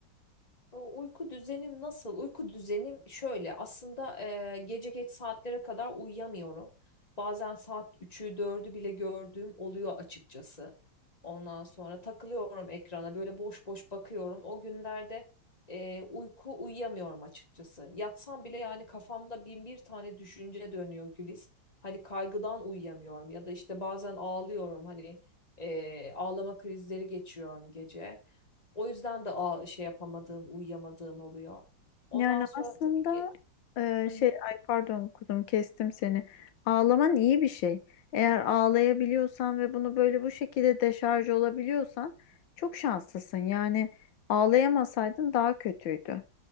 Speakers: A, on the left; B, on the left.
A: O uyku düzenim nasıl? Uyku düzenim şöyle. Aslında e, gece geç saatlere kadar uyuyamıyorum. Bazen saat üçü dördü bile gördüğüm oluyor açıkçası. Ondan sonra takılıyorum ekrana böyle boş boş bakıyorum. O günlerde e, uyku uyuyamıyorum açıkçası. Yatsam bile yani kafamda bin bir tane düşünce dönüyor Güliz. Hani kaygıdan uyuyamıyorum ya da işte bazen ağlıyorum hani e, ağlama krizleri geçiriyorum gece. O yüzden de a şey yapamadığım, uyuyamadığım oluyor. Ondan
B: Yani
A: sonra
B: aslında
A: tabii ki
B: e,
A: hı
B: şey
A: hı.
B: ay pardon kuzum kestim seni. Ağlaman iyi bir şey. Eğer ağlayabiliyorsan ve bunu böyle bu şekilde deşarj olabiliyorsan çok şanslısın. Yani ağlayamasaydın daha kötüydü.